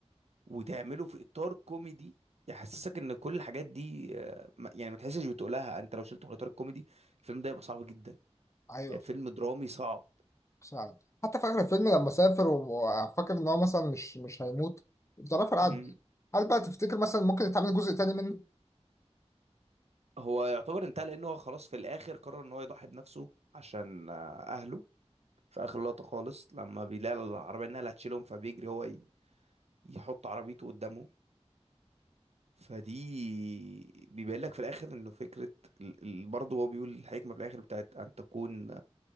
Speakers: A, on the right (about 70°); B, on the left (about 25°).
A: وتعمله في اطار كوميدي يحسسك ان كل الحاجات دي آه، ما- يعني ما تحسش بتقولها انت لو شلته من اطار الكوميدي الفيلم ده يبقى صعب جدا
B: أيوه
A: فيلم درامي صعب
B: فعلا حتى في آخر الفيلم لما سافر وفاكر إن هو مثلا مش مش هيموت الظرافة عدى
A: مم.
B: هل بقى تفتكر مثلا ممكن يتعمل جزء تاني منه؟
A: هو يعتبر انتهى لان هو خلاص في الاخر قرر ان هو يضحي بنفسه عشان آه، اهله في اخر لقطة خالص لما بيلاقي العربية انها اللي هتشيلهم فبيجري هو ي- يحط عربيته قدامهم فدي بيبين لك في الاخر انه فكره ال- ال- برضه هو بيقول الحكمه في الاخر بتاعت ان تكون